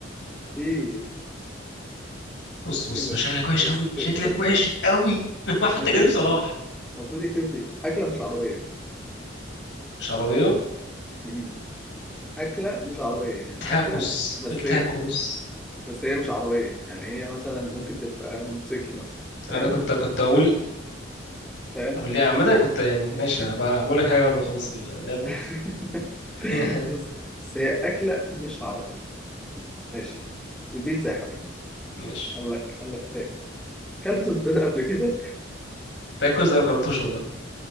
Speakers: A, in the centre; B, on the left.
A: في ايه
B: بص بص
A: ده
B: شكلك وحش
A: إز-
B: قوي شكلك وحش
A: إز-
B: قوي <laughs> هو حتى
A: رزق
B: كريم صلاح
A: المفروض يكتب لي اكله مش عربيه
B: شرابيه
A: مم. اكله مش عربيه يعني
B: تاكوس
A: اكله بس
B: التاكوس
A: هي بس هي مش عربيه يعني هي مثلا ممكن تبقى موتوسيكل مثلا
B: انا
A: فاهم
B: كنت كنت اقول
A: فاهم
B: طب ليه عامه
A: كده
B: كنت يعني ماشي
A: <laughs>
B: هبقى بقول لك حاجه بعد ما نخلص اللعبه
A: <laughs>
B: <laughs>
A: بس بس هي أكلة مش عربية ماشي البيتزا يا حبيبي
B: ماشي
A: قال لك قال لك تاني أكلت أنت ده قبل كده
B: تاكوس ده ما جربتوش والله